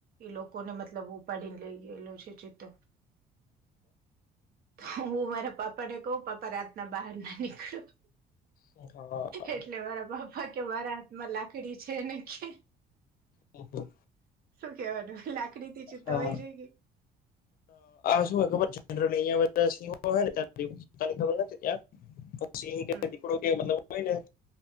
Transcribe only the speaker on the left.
હા
હહા
હા
શું હોય ખબર જર અ બધા સિંહો હોયને પોની ખબર નથી ત્યાં સિહ કે
દીકડો કે મતલ હોય નેી